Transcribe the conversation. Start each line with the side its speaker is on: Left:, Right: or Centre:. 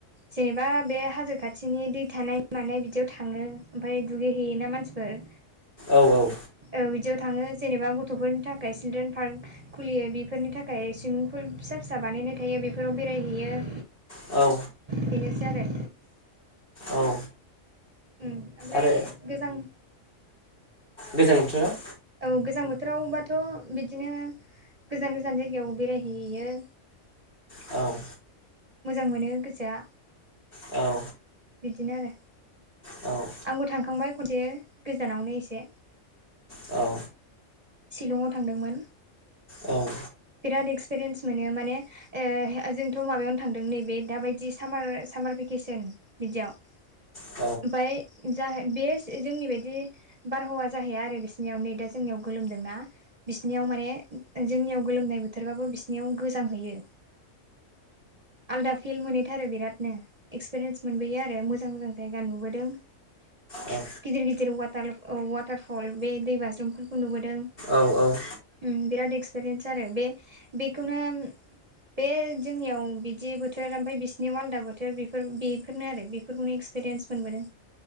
Right: जेनेबा बे हाजो खाथिनि दै थानाय मानाय बिदियाव थाङो ओमफ्राय दुगै हैैयोना मानसिफोर <inaudible>
Left: औ औ
Right: औ बिदियाव थाङो जेनेबा गथ'फोरनि थाखाय सिलद्रेन पार्क खुलियो बेफोरनि थाखाय सुइमिं फुल फिसा फिसा बानायनाय थायो बेफोराव बेरायहैयो
Left: औ
Right: बेनोसै आरो
Left: औ
Right: उम ओमफ्राय
Left: आरो
Right: गोजां
Left: गोजां बोथोराव
Right: औ गोजां बोथोरावबाथ' बिदिनो गोजान गोजान जायगायाव बेरायहैयो
Left: औ
Right: मोजां मोनो गोसोआ
Left: औ
Right: बिदिनो आरो
Left: औ
Right: आंबो थांखांबाय खनसे गोजानावनो एसे
Left: औ
Right: शिलंआव थांदोंमोन
Left: औ औ
Right: बिराद एक्सपिरियेन्स मोनो माने ओ जोंथ' माबायावनो थांदों नैबे दाबायदि साम सामार भेकेसन बिदियाव
Left: औ
Right: ओमफाय जा बे जोंनि बायदि बारहावा जाहैया आरो बिसिनियाव नै दा जोंनियाव गोलोमदोंना बिसिनियाव माने जोंनियाव गोलोमनाय बोथोरबाबो बिसि याव गोजां हैयो आलदा फिल मोनहैथारो बिरादनो एक्सपिरिेन्स मोनबोयो आरो मोजां मोजां जायगा नुबोदों
Left: औ
Right: गिदिर गिदिर वाटार वाटारफल बे दै बाज्रुमफोरखौ नुबोदों
Left: औ औ
Right: उम बिराद एक्सपिरियेन्स आरो बे बेखौनो उम बे जोंनियाव बिदि बोथोर ओमफाय बिसिनियाव आलादा बोथोर बेफोर बेफोरनो आरो बे बेफोरखौनो एक्सपिरियन्स मोनबोदों